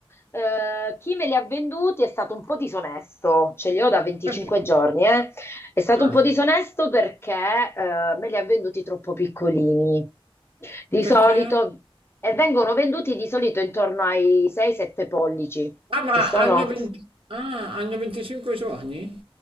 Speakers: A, on the left; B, on the right.
A: eh, chi me li ha venduti è stato un po' disonesto, ce li ho da 25
B: Perché?
A: giorni, eh. È stato
B: Ah,
A: un po' disonesto perché eh, me li ha venduti troppo piccolini. Di
B: perché?
A: solito, e vengono venduti di solito intorno ai 6-7 pollici,
B: Ah, ma
A: che sono
B: hanno 20 ah, hanno 25 giorni?